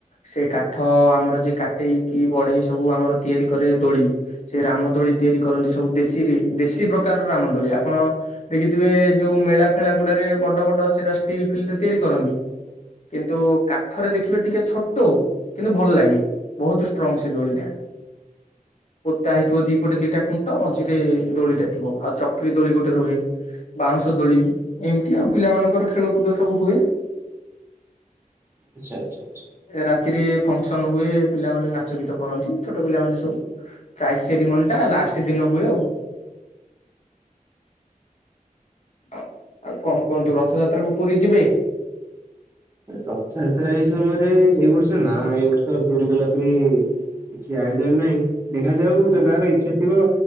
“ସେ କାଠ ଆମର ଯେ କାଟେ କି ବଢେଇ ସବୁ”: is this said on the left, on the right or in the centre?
Left